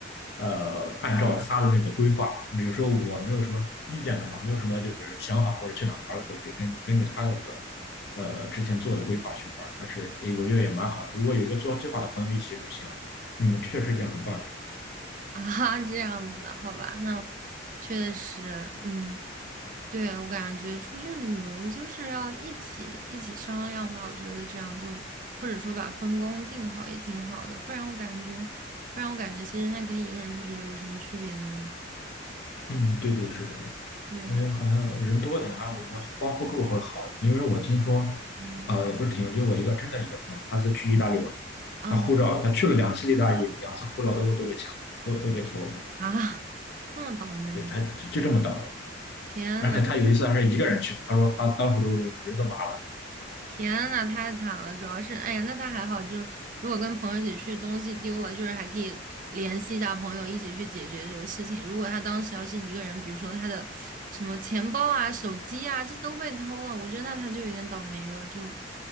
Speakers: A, on the left (about 60°); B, on the right (about 45°).
A: 呃，按照他的那个规划，比如说我没有什么意见的话，没有什么就是想法或者去哪儿玩的时候，可以根根据他的那个，呃，之前做的规划去玩，还是诶我觉得也蛮好的。如果有一个做计划的朋友一起旅行，嗯，确实这样很棒。
B: <laughs> 啊，这样子，好吧，那确实，嗯，对，我感觉出去旅游就是要一起一起商量吧，我觉得这样就或者说把分工定好也挺好的，不然我感觉，不然我感觉其实那跟一个人出去旅游有什么区别呢？
A: 嗯，对对，是的。
B: 对，
A: 因为好像人多点啊，我觉得互帮互助会好一点因为我听说，
B: 嗯，
A: 呃，也不是听说，就我一个真的一个朋友，他是去意大利玩，
B: 啊
A: 他护照他去了两次意大利，两次护照都都被抢，都都被偷了。
B: <laughs> 啊，这么倒霉，
A: 对，他就这么倒霉。
B: 天呐！
A: 而且他有一次还是一个人去的，他说他当时都人都麻了。
B: 天呐，太惨了！主要是，哎呀，那他还好，就是如果跟朋友一起去，东西丢了，就是还可以联系一下朋友一起去解决这个事情。如果他当时要是一个人，比如说他的什么钱包啊、手机啊，这都被偷了，我觉得那他就有点倒霉了。就